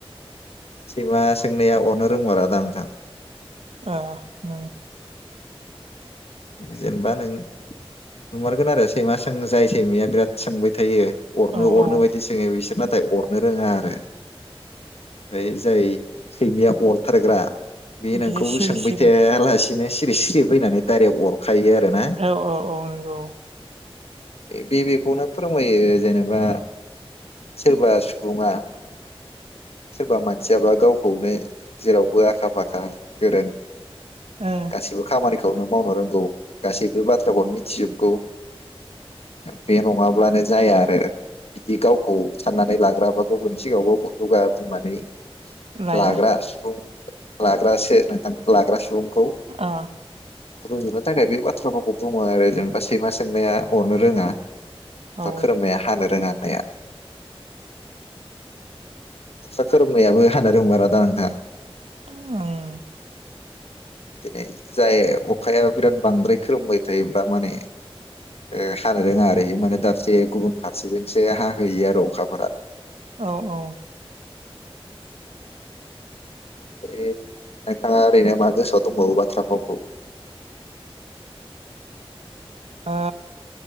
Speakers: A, on the left; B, on the right.
A: सैमा सोंनाया अरनो रोंमारा दा नोंथां।
B: ओ।
A: जेनेबा नों नुमारगोन आरो सैमा सों जाय सैमाया बिराद। सोंबाय थायो अरनो
B: औ
A: - अरनो
B: औ
A: बायदि सोङो बिसोर नाथाय अरनो रोङा आरो। ओमफाय जाय सैमाया अरथारग्रा। बे नोंखौ
B: बियो सिरि
A: सोंबाय
B: सिरि
A: थायालासिनो सिरि - सिरि फैनानै। डाइरेक्ट अरखायो आरो ना।
B: औ औ औ नंगौ
A: बे बेखौनो फोरमायो जेनेबा। सोरबा सुबुंङा। सोरबा मानसियाबा गावखौनो जेरावबो आखा फाखा गोरों।
B: ओ
A: गासिबो खामानि। खौनो मावनो रोंगौ गासैबो बाथ्राखौ मिथिजोबगौ। बे नङाब्लानो जाया आरो। बिदि गावखौ साननानै लाग्रा बा गुबुननि सिगाङाव गावखौ दुगा बुंनानै।
B: लाया
A: लाग्रा सुबुं लाग्रासो नोंथां लाग्रा सुबुं।
B: अ।
A: रुजुनो थाखाय बे बाथ्राभावखौ बुङो आरो जेनेबा सैमा सो सोंनाया अरनो रोङा
B: औ
A: बा खोरोमनाया हानो रोङा। माया। अखा खोरोमनायाबो हानो रोंमारादा नोंथां।
B: औ <unintelligible>
A: दिनै जाय अखाया बिराद बांद्राय खोलोमबाय थायोब्ला माने ओ हानो रोङा ओरै माने दाबसे गुबुन फारसेजोंसो हाहैयो आरो अखाफोरा
B: औ - औ
A: ओ नोंथाङा ओरैनो मा गोसोआव दंबावो बाथ्रा फावखौ <unintelligible>
B: ओ